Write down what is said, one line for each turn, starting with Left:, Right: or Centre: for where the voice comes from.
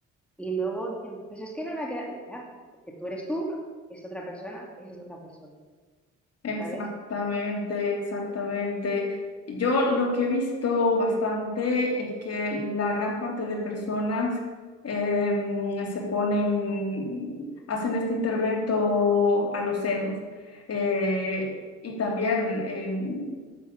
Centre: y luego dicen, pues es que no me ha quedado. Ya, pues porque tú eres tú, es otra persona, es otra persona,
Left: exactamente,
Centre: ¿sabes?
Left: exactamente. Yo lo que he visto bastante es que la gran parte de personas em, se ponen, hacen este intervento a los senos. Eh, y también, em,